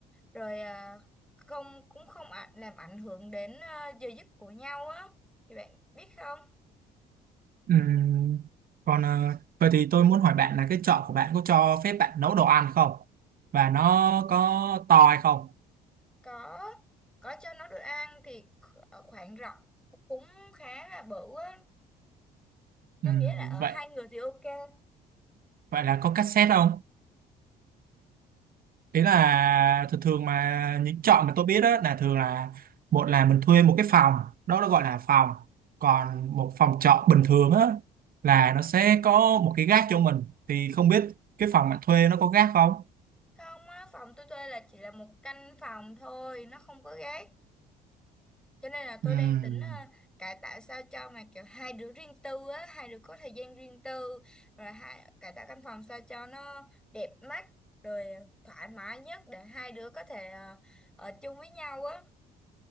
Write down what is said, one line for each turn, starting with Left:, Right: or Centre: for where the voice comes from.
Centre: rồi à, không cũng không ạ- làm ảnh hưởng đến à, giờ giấc của nhau á thì bạn biết không
Right: Ừm, còn ờ, vậy thì tôi muốn hỏi bạn là cái chợ của bạn có cho phép bạn nấu đồ ăn không? Và nó có to hay không?
Centre: có có cho nó được ăn thì kh- ở khoảng rộng cũng khá là bự á tôi
Right: Ừm,
Centre: nghĩ là ở
Right: vậy
Centre: hai người thì ok
Right: vậy là có cassette không? ý là thường thường mà những chọn mà tôi biết đó là thường là một là mình thuê một cái phòng đó nó gọi là phòng còn một phòng trọ bình thường á là nó sẽ có một cái gác cho mình thì không biết cái phòng bạn thuê nó có gác không
Centre: Không á, phòng tôi thuê là chỉ là một căn phòng thôi, nó không có gác. Cho nên là tôi
Right: Ừm,
Centre: đang tính ờ, cải tạo sao cho mà kiểu hai đứa riêng tư á, hai đứa có thời gian riêng tư, rồi hai cải tạo căn phòng sao cho nó đẹp mắt, rồi thoải mái nhất để hai đứa có thể ờ, ở chung với nhau á.